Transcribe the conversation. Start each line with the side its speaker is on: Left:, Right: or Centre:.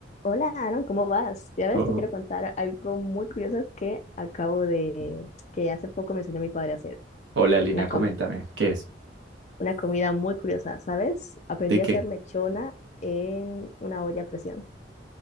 Left: Hola Aaron, ¿cómo vas? Ya ves,
Right: Oh,
Left: te quiero contar algo muy curioso que acabo de, que hace poco me enseñó mi padre a hacer.
Right: Hola Lina,
Left: Una,
Right: coméntame,
Left: com-
Right: ¿qué es?
Left: una comida muy curiosa, ¿sabes? Aprendí
Right: ¿De qué?
Left: a hacer lechona en una olla a presión.